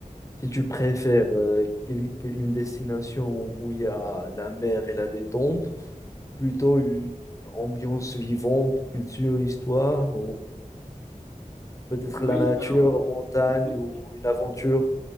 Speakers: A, on the left (about 20°); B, in the centre.
A: si tu préfères euh, quel- quel- une destination où il y a la mer et la détente, plutôt une ambiance vivante, culture, histoire, peut-être
B: Oui,
A: la nature,
B: alors, m-
A: montagne
B: oui,
A: ou une aventure.